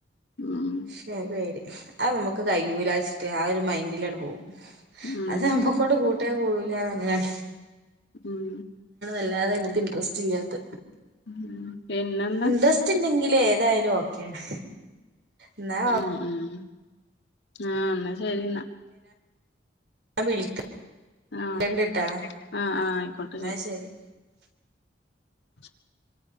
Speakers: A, on the left (about 65°); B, on the right (about 65°).
A: ഉം
B: ശരി പേടി ആ നമുക്ക് കയ്യൂലാച്ചിട്ട് ആ ഒരു മൈൻഡിലാണ് പോകവും
A: ഉം
B: അത് നമ്മക്കോട്ട കൂട്ടിയ കൂടില്ലെന്ന് കണ്ടെ
A: ഉം
B: അല്ലാതെ നമുക്ക് ഇന്ട്രെസ്റ് ഇല്ലാത്ത
A: ഉം പിന്നെന്താ
B: ഇന്റെരെസ്റ്റ്‌ ഉണ്ടേ ഏതായാലും ഓക്കെയാണ് എന്നാ
A: ഉം ഉം ആഹ എന്നാ ശരി
B: വിളിക്ക
A: ആഹ്
B: കണ്ടിട്ടാ
A: ആഹ് ആഹ് ആയിക്കോട്ടെ
B: എന്നാ ശരി
A: <unintelligible>